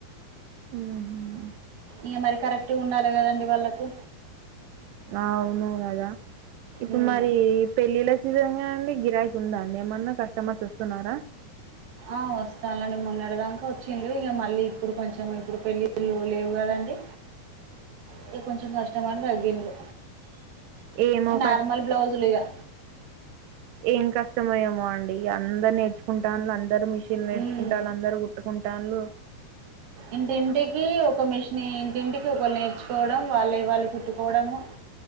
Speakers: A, on the right (about 85°); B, on the right (about 60°).
A: ఉమ్మ్
B: ఇగ మరి కరెక్ట్గా ఉండాలి కదండి వాళ్ళకు
A: అవును కదా ఇప్పుడు
B: హ్మ్
A: మరి పెళ్ళిళ్ళ సీజన్ కదా అండి గిరాకీ ఉందాండి ఏమన్నా కస్టమర్స్ వస్తున్నారా
B: ఆ వస్తారండీ మొన్నటిదాకా వచ్చిలు ఇక మళ్ళీ ఇప్పుడు కొంచెం ఇప్పుడు పెళ్ళిళ్ళు లేవు కదండి
A: అ
B: ఇక కొంచెం కస్టమర్లు తగ్గిండ్రు
A: ఏమో
B: నార్మల్
A: కష్
B: బ్లౌజులిగా
A: ఏం కష్టమో ఏమో అండి అందరు నేర్చుకుంటారు అందరూ మెషిన్లు మిషన్ నేర్చుకుట్లాలు
B: హ్మ్
A: అందరూ కొట్టుకుటన్లు
B: ఇంటింటికి ఒక మిషన్ ఇంటింటికి ఒకళ్ళు నేర్చుకోవడం వాళ్ళ వాళ్ళ కుట్టు పోవడము